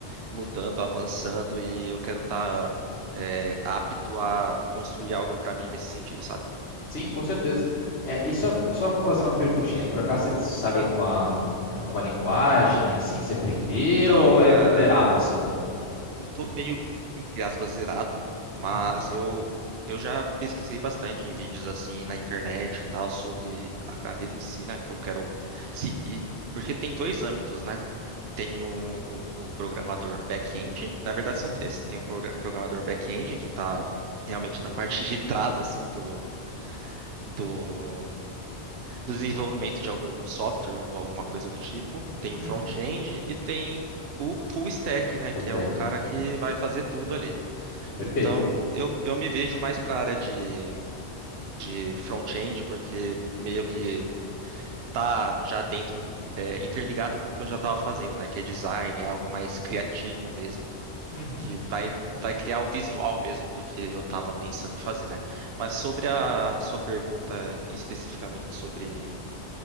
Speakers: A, on the right; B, on the left.
A: mudando, avançando e eu quero estar apto a construir algo para mim nesse sentido, sabe?
B: sim, com certeza. É, e só, só fazer uma perguntinha, por acaso você sabe
A: Uhum.
B: alguma, alguma linguagem assim que você aprendeu
A: Então,
B: ou
A: cara,
B: é zerado assim?
A: Eu tô meio, entre aspas, zerado, mas
B: Uhum,
A: eu, eu já pesquisei bastante em vídeos assim na internet e tal sobre a carreira em si, né, que eu quero seguir, porque tem dois âmbitos, né? Tem o, o, o programador back-end, na verdade
B: uhum,
A: são três. Tem o progra- programador back-end, que tá realmente na parte de trás, assim, do, do, do desenvolvimento de algum software ou alguma coisa do tipo. Tem o
B: uhum.
A: front-end e tem o full stack, né,
B: Full
A: que
B: stack.
A: é o cara que
B: Uhum,
A: vai fazer tudo ali.
B: perfeito.
A: Então, eu, eu me vejo mais para a área de, de front-end, porque meio que tá já dentro, é, interligado com o que eu já estava fazendo, né? Que é design, é algo mais criativo mesmo,
B: Uhum.
A: que vai, vai criar o visual mesmo do que eu estava pensando em fazer, né? Mas sobre a sua pergunta especificamente sobre